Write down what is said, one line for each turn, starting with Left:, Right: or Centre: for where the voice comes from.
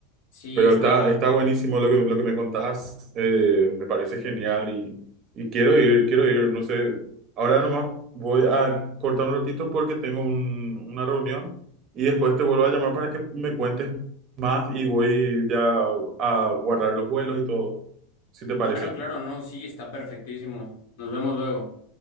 Left: Sí,
Right: Pero
Left: está.
Right: está, está buenísimo lo que, lo que me contás, eh, me parece genial y, y quiero ir, quiero ir, no sé, ahora nomás voy a cortar un ratito porque tengo un- una reunión y después te vuelvo a llamar para que me cuentes más y voy ya a guardar los vuelos y todo, si te parece.
Left: Claro, claro, no, sí, está perfectísimo. Nos vemos luego.